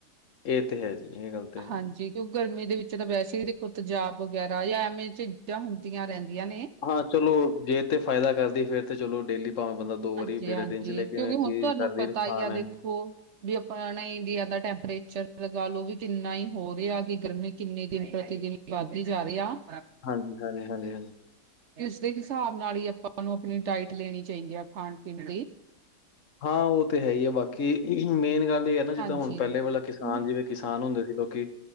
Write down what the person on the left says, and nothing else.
ਇਹ ਤੇ ਹੈ ਜੀ ਇਹ ਗੱਲ ਤੇ ਹੈ।
ਹਾਂ ਚਲੋ ਜੇ ਤੇ ਫਾਇਦਾ ਕਰਦੀ ਫੇਰ ਤੇ ਚਲੋ ਡੇਲੀ ਭਾਵੇਂ ਬੰਦਾ ਦੋ ਵਾਰੀ
ਪੀਲੇ ਦਿਨ ਚ ਲੇਕਿਨ
ਅ
ਸਰਦੀ
ਨੁਕਸਾਨ
ਹੈ
ਹਾਂਜੀ, ਹਾਂਜੀ, ਹਾਂਜੀ
ਹਾਂ ਓ ਤੇ ਹੈ ਹੀ ਏ, ਬਾਕੀ ਮੇਨ ਗੱਲ ਏਹ ਨਾ ਜਿੱਦਾਂ
ਹੁਣ ਪੈਲੇ
ਵਾਲਾ ਕਿਸਾਨ ਜਿਵੇ ਕਿਸਾਨ ਹੁੰਦੇ ਸੀ ਲੋਕੀ,